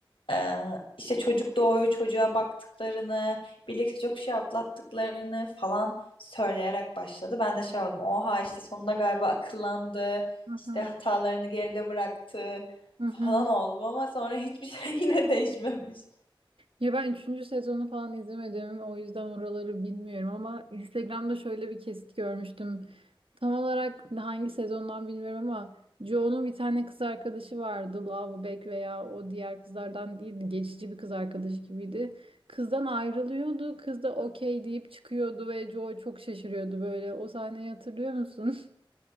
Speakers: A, on the left (about 70°); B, on the right (about 80°).
A: ee, işte çocuk doğuyor, çocuğa baktıklarını, birlikte çok şey atlattıklarını falan söyleyerek başladı. Ben de şey oldum. Oha işte sonunda galiba akıllandı.
B: Hı
A: işte
B: hı.
A: hatalarını geride bıraktı
B: Hı hı.
A: falan oldum ama sonra hiçbir şey <laughs> yine değişmemiş.
B: Ya ben üçüncü sezonu falan izlemedim. O yüzden oraları bilmiyorum ama Instagram'da şöyle bir kesit görmüştüm. Tam olarak hangi sezondan bilmiyorum ama Joe'nun bir tane kız arkadaşı vardı. Love veya o diğer kızlardan değildi. Geçici bir kız arkadaşı gibiydi. Kızdan ayrılıyordu. Kız da okey deyip çıkıyordu ve Joe çok şaşırıyordu böyle. O sahneyi hatırlıyor musun?